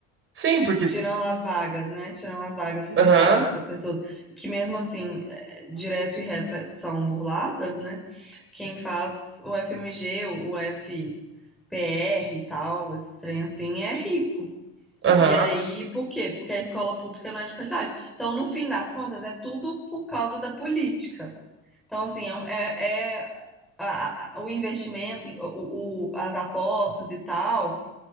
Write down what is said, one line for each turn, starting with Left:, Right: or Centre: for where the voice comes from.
Right: Sim, porque.
Centre: Tirando as vagas, né? Tirando as vagas reservadas
Right: Aham,
Centre: para pessoas que, mesmo assim, é, direto e reto é, são burladas, né? Quem faz o FMG, o FPR e tal, esse trem assim, é rico.
Right: aham.
Centre: E aí, por quê? Porque a escola pública não é de qualidade. Então, no fim das contas, é tudo por causa da política. Então, assim, é, um- é- é a- a- o investimento, o, o- as apostas e tal,